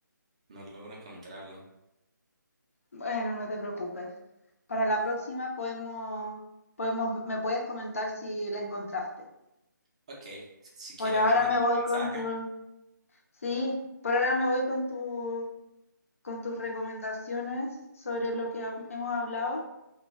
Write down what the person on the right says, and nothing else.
no logro encontrarla.
Ok, si
quieres
me mandas
un mensaje.